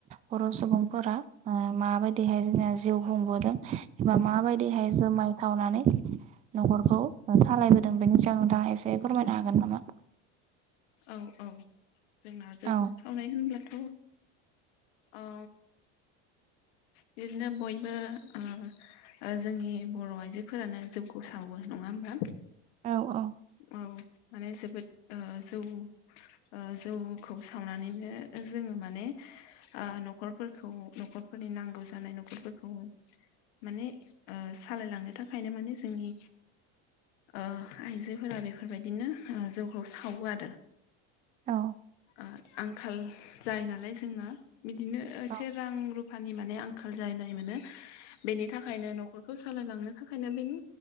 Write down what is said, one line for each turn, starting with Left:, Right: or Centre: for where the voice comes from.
Right: बर' सुबुंफोरा माबायदिहाय जों जिउ ब एबा माबायदिहाय जुमाय खावनानै न'खरखौ सालायबोदों बेनि नोंथाङा एसे फोरमायनो हागोन नामा?
Left: औ औ जोंना जों
Right: औ
Left: सावनाय होनब्लाथ' औ बिदिनो बयबोओ ओजोंनि बर' आइजोफोरानो जौखौ सावो नङा होमबा
Right: औ औ
Left: औ माने जोबोद ओ आ जौ ओ जौखौ सावनानैनो जोङो मानेओ न'खरफोरखौ न'खर फोरफोरनि नांगौ जानाय न'खरफोरखौ माने ओ सालायलांनो थाखायनो माने जोंनि ओ आइजोफोरा बेफोरबायदिनो जौखौ सा सावो आरोओ
Right: औ
Left: ओ आंखाल जायो नालाय जोंओ बिदिनोओ
Right: औ
Left: से रां रुफानि माने आंखाल जाहनाय मोनो
Right: <inaudible>
Left: बेनि थाखायनो न'खरखौ सालायलांनो थाखायनो बेनि